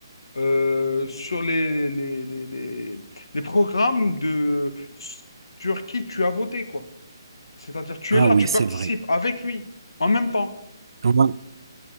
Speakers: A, on the left; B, on the right.
A: euh, sur les, les, les, les, les programmes de, sur qui tu as voté, quoi. C'est-à-dire, tu
B: Ah
A: es là,
B: oui,
A: tu
B: c'est
A: participes
B: vrai.
A: avec lui, en même temps.
B: Ouais.